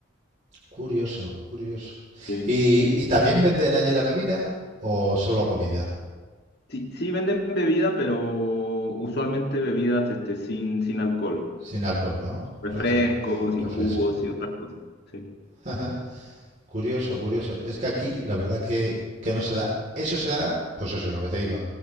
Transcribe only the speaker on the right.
Curioso, curioso.
¿Y, y también venden allí la bebida o solo comida?
Sin alcohol, ¿no?
Refre- refresco.
Ajá. Curioso, curioso. Es que aquí la verdad que, que no se da. Eso se da, pues eso es lo que te digo,